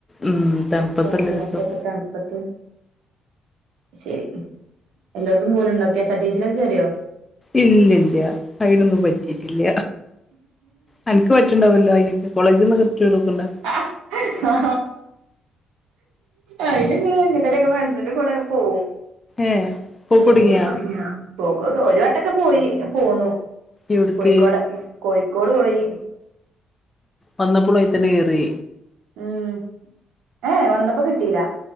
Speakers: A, on the left; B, on the right.
A: ഉം തണുപ്പത്തല്ല
B: ക്ല യി
A: രസം.
B: മറ്റൊക്കെ തണുപ്പത്ത് ശരി എല്ലായിടത്തും പോലുംണ്ടോ കെ എസ് ആർ ടി സിയിൽ ഒക്കെ കേറി യോ
A: ഇല്ലല്ല അയിനൊന്നും പറ്റിട്ടില്ല അ നക്ക് പറ്റണ്ടാവല്ലോ അതിനൊക്കെ കോളേജിൽന്ന്കറക്റ്റ് ണ്ടല്ലോ
B: ആ ആ അയി ല് ങ്ങനെ എങ്ങോ ട്ടേലൊക്കെ ഫ്രണ്ടസിന്റെ കൂടെക്കെ പോവും
A: ഏഹ് പോക്കൊടുങ്ങിയാ
B: ഉം പോക ഒരു വട്ടൊക്കെ പോയി പോന്നു
A: എവിട്ക്ക്
B: കോഴിക്കോട് കോഴിക്കോട് പോയി
A: വന്നപ്പോളും അയിത്തന്നെ കേറി
B: ഉം ഏ വന്നപ്പോ കിട്ടിയില്ല